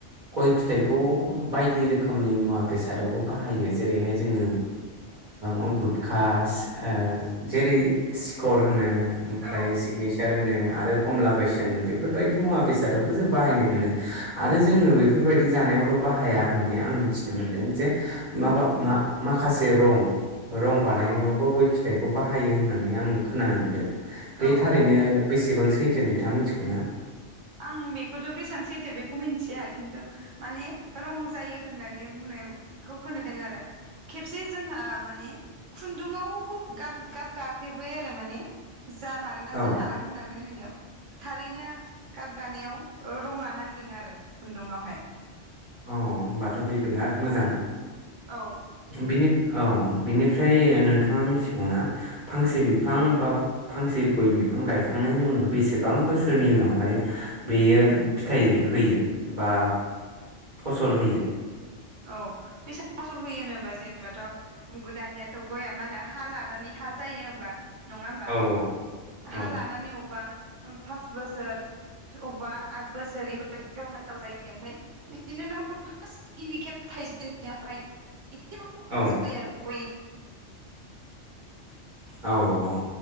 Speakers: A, on the right; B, on the right.
A: गय फिथाइखौ बायदि रोखोमनि मुवा बेसादावबो बाहायो जेरैहाय जोङो ओ खुद कास ओ जेरै सिकर होनो ओमफ्राय
B: औ
A: सिगनेसार होनो आरो कमला पेसोन बेफोरबायदि मुवा बेसादावबो जों बाहायनाय मोनो आरो जोङो बेफोरबायदि जानायावल' बाहाया होननानै आं मिथिनो मोनदों जे मा बा‌ माबा माखासे रं रं बानायनायावबो
B: औ
A: गय फि फिथाइखौ बाहायो होननानै आं खोनानो मोन्दों। बे
B: औ
A: थारैनो
B: औ
A: बेसेबां सै सैथो नोंथाङा मिथिगौ ना?
B: आं बेखौथ' बेसेबां सैथो बे मिथिया खिन्थु माने रं जायो होननानै बुंनायखौ होनोदों आरो खेबसे जोंहा माने खुन्दुंआव गाब गाब गाफेरबाय आरो माने जामारोना
A: औ
B: जामारा होननानै नायनायाव थारैनो गाब गानायाव रङा नांदों आरो खुन्दुुंआवहाय
A: औ होनोमबाथ' बे बिराद मोजां
B: औ
A: बिनि औ बिनिफ्राय नोंथाङा मिथिगौ ना फांसे बिफां बा फांसे गय बिफां गायखांनायनि उनाव बेसेबां बोसोरनि उनावहाय बेयो फिथाइ होयो बा फसल होयो
B: औ बेसा फसल होयो होनो होमबा जेनेबाथ' दानियाथ' गया मा होनो हा लानानै हा जायो होमबा नङा होमबा
A: औ औ
B: हा लानानै अबेबा पास बोसोर अबेबा आद बोसोर बेबायदि गाहाव जायो ओमफ्राय बिन उनाव फार गिबि खेब थायजेननायावहाय <unintelligible>
A: औ
B: आरो <unintelligible>
A: औ औ औ